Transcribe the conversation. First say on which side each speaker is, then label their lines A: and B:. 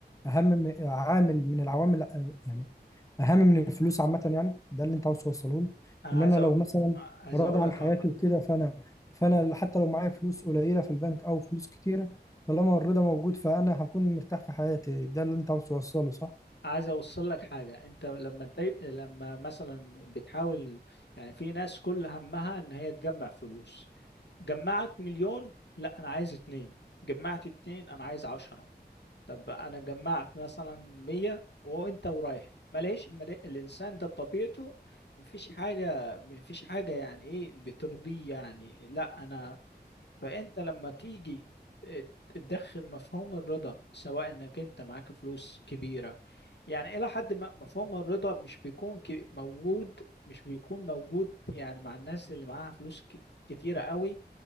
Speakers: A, on the left; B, on the left.
A: اهم م- عامل من العوامل آه، يعني اهم من الفلوس عامه يعني ده اللي انت عاوز توصله لي
B: انا
A: ان
B: عايز
A: انا
B: أ...
A: لو مثلا
B: عايز
A: راضي
B: اقول
A: عن
B: لك
A: حياتي
B: اه
A: وكده فانا فانا حتى لو معايا فلوس قليله في البنك او فلوس كتيره طالما الرضا موجود فانا هكون مرتاح في حياتي ده اللي انت عاوز توصله صح
B: عايز اوصل لك حاجة انت لما ت... لما مثلا بتحاول يعني في ناس كل همها ان هي تجمع فلوس جمعت مليون لا انا عايز اتنين جمعت اتنين انا عايز عشرة طب انا جمعت مثلا 100 وانت ورايح ما لقيش ما لقي- الانسان ده بطبيعته مفيش حاجه مفيش حاجه يعني ايه بترضيه يعني لا انا فانت لما تيجي آه، تدخل مفهوم الرضا سواء انك انت معاك فلوس كبيرة يعني الى حد ما مفهوم الرضا مش بيكون ك- موجود مش بيكون موجود يعني مع الناس اللي معاها فلوس ك- كتيرة قوي